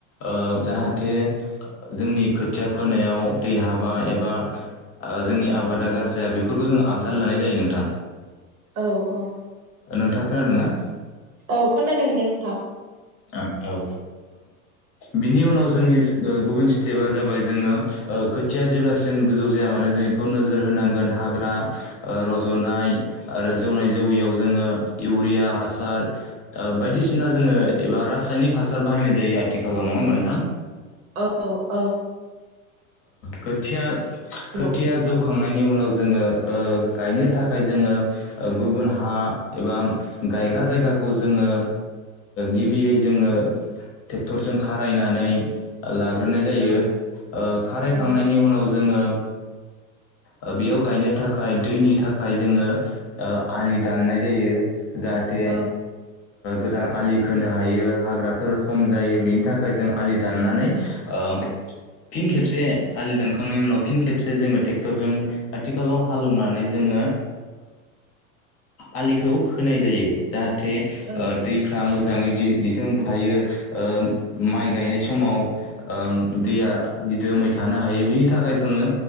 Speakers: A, on the left; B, on the right.
A: ओ जाहाथे जोंनि खोथिया फोनायाव दै हाबा ए बा ओ जोंनि आबादा गाज्रि जाया बेफोरखौ जों आबदाल लानाय जायो नोंथां।
B: औ औ
A: नोंथा खोनादों ना?
B: औ खोनादों दे नोंथां।
A: औ ओ बिनि उनाव जोंनि ओ गुबुन स्टेपा जाबाय जोङो ओ खोथिया जेब्लासिम गोजौ जाया मानो जों बेखौ नोजोर होनांगोन हाग्रा ओ रज'नाय आरो जौनाय जौयियाव जोङो इउरिया हासार ओ बायदिसिना जोङो एबा रासायनिक हासार बाहायनाय जायो आथिखालाव नङा होमबा नोंथां।
B: औ औ
A: खोथिया खोथिया
B: औ
A: जौखांनायनि उनाव ओ जोङो गायनो थाखाय जोङो गुबुन हा एबा गायग्रा जायगाखौ जोङो गिबियै जोङो ट्रेक्टरजों खारायनानै लाग्रोनाय जायो।
B: औ
A: खारायखांनायनि
B: औ
A: उनाव जोङो ओ बेयाव गायनो थाखाय दैनि थाखाय जोङो आलि दाननाय जायो जाहाथे
B: औ
A: गोदान आलि खोनो हायो हाग्राफोर खम जायो बेनि थाखाय जों आलि दाननानै ओम फिन खेबसे आलि दानखांनायनि उनाव फिन खेबसे जोङो ट्रेक्टरजों आथिखालाव हालौनानै जोङो आलिखौ खोनाय जायो। जाहाथे ओ
B: औ
A: दै फ्रा मोजाङै दिदोम थायो ओ माइ गायनाय समाव ओम दैया दिदोमै थानो हायो बिनि थाखाय जोङो